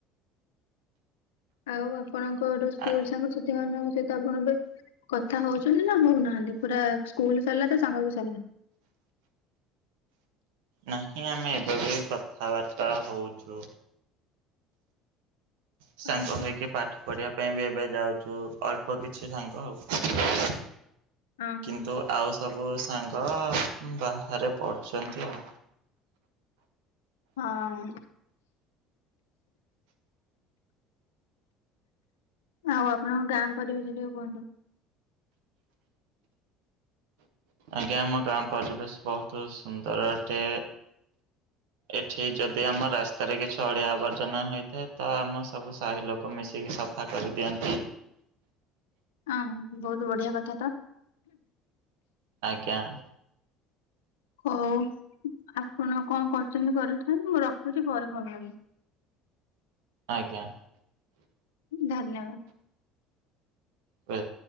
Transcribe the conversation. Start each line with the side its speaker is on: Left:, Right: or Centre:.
Left: ଆଉ ଆପଣଙ୍କର ସ୍କୁଲ
Right: ଆ
Left: ସାଙ୍ଗସାଥି ମାନଙ୍କ ସହିତ ଆପଣ ଏବେ କଥା ହଉଛନ୍ତି ନା ହଉନାହାନ୍ତି ପୁରା ସ୍କୁଲ ସରିଲା ତ ସାଙ୍ଗ ବି ସାରିଲା?
Right: ନାହିଁ ଆମେ ଏବେ ବି କଥାବାର୍ତ୍ତା ହଉଛୁ। ସାଙ୍ଗ
Left: ଓହୋ
Right: ହେଇକି ପାଠ ପଢିବା ପାଇଁ ବି ଏବେ ଯାଉଛୁ ଅଳ୍ପ କିଛି ସାଙ୍ଗ ଆଉ
Left: ଓହୋ
Right: କିନ୍ତୁ ଆଉ ସବୁ ସାଙ୍ଗ ବାହାରେ ପଡୁଛନ୍ତି ଆଉ
Left: ହଁ। ଆଉ ଆପଣଙ୍କ ଗାଁ ପରିବେଶ ଟିକେ କୁହନ୍ତୁ
Right: ଆଜ୍ଞା ଆମ ଗାଁ ପରିବେଶ ବହୁତ ସୁନ୍ଦର ଅଟେ
Left: <unintelligible>
Right: ଏଠି ଯଦି ଆମ ରାସ୍ତାରେ କିଛି ଅଳିଆ ଆବର୍ଜନା ହେଇଥାଏ ତ ଆମ ସବୁ ସାହି ଲୋକ ମିଶିକି ସଫା କରିଦିଅନ୍ତି।
Left: ଆଉ ବହୁତ ବଢିଆ କଥା ତ।
Right: ଆଜ୍ଞା।
Left: ହଉ ଆପଣ କଣ କରୁଛନ୍ତି କରୁଥାନ୍ତୁ ମୁଁ ରଖୁଛି ପରେ ଫୋନ କରିବି।
Right: ଆଜ୍ଞା।
Left: ଧନ୍ୟବାଦ।
Right: ହଁ